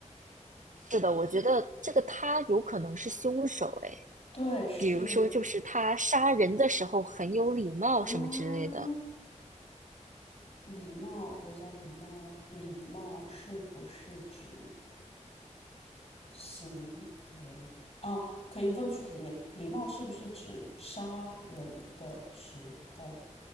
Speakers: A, on the right; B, on the left.
A: 是的，我觉得这个他有可能是凶手诶，
B: 对，是，
A: 比如说就是他杀人的时候很有礼貌什么之类的。
B: 啊，礼貌。等一下，礼貌，礼貌是不是指行为？哦，可以问具体点，礼貌是不是指杀人的时候